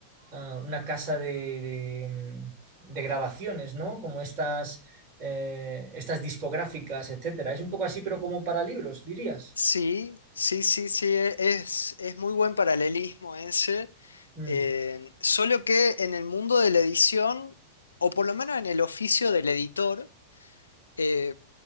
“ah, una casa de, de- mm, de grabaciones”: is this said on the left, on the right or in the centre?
Right